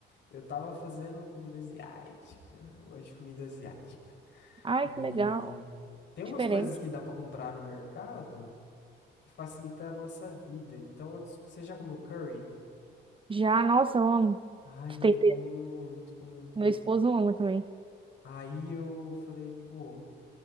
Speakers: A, on the left; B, on the right.
A: Eu tava fazendo comida asiática, hoje comida asiática.
B: Ai,
A: E
B: que legal.
A: tem umas
B: Diferente.
A: coisas que dá pra comprar no mercado que facilita a nossa vida. Então, eu dis- você já comeu curry?
B: Já, nossa, eu amo.
A: Ai,
B: De
A: muito
B: tempero.
A: bom, muito bom, muito
B: Meu
A: bom.
B: esposo ama também.
A: Aí eu falei, pô.